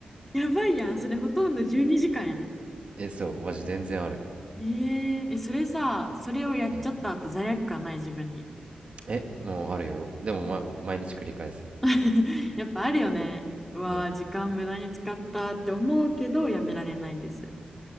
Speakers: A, in the centre; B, on the right.
A: やばいやん。それほとんど12時間やで。
B: え、そう、マジ全然ある。
A: えー、え、それさ、それをやっちゃった後罪悪感ない自分に。
B: うん。え、もうあるよ。でも、ま、毎日繰り返す。
A: <laughs> やっぱあるよね。うわー、
B: うん。
A: 時間無駄に使ったって思うけど、やめられないんです。